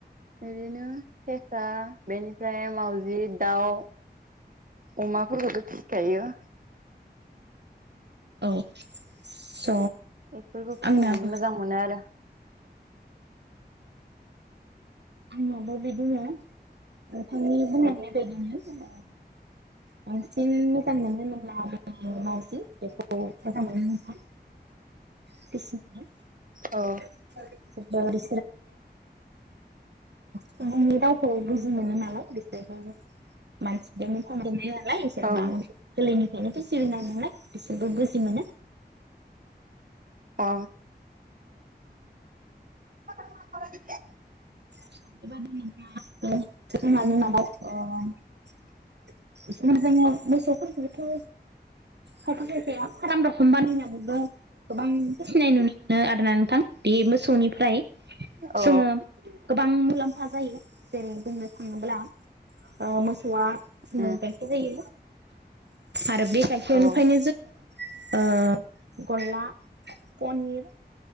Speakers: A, on the right; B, on the right.
A: ओरैनो सेसा बेनिफ्राय मावजि दाव अमाफोरखौथ' फिखायो।
B: औ स'
A: एफोरखौ फिसिनानै
B: आंनाबो
A: मोजां मोनो आरो।
B: आंनावबो बिदिनो नोंथांनि बुंलांनाय
A: औ
B: बायदिनो ओ बांसिन मोजां मोनो होनोब्ला मावजि बेखौ बेखौ मोजां मोनो नोंथां फिसिनो।
A: ओ
B: <unintelligible> मा होनो सुबुंनि रावखौ बुजि मोनो नालाय बेखायनो मानसिजोंनो <unintelligible> नालाय
A: औ
B: इसोरनो <unintelligible> गोरैलैनिफ्रायनो फिसिनानै नालाय बिसोरबो बुजि मोनो।
A: अ <unintelligible>
B: <unintelligible> बिनिखायनो मोसौफोरखौबोथ' खायफा खायफाया फाराम रखम बानायनानैबो गोबां फिसिनाय नुनो मोनो आरना नोंथां बे मोसौनिफ्राय।
A: अ।
B: जोङो गोबां मुलाम्फा जायो जेरै बुंनो थाङोब्ला ओ मोसौआ
A: उम
B: गाइखेर होयो आरो बे गाइखेरनिफ्रायनो
A: औ
B: जोङो ओ गल्ला पनिर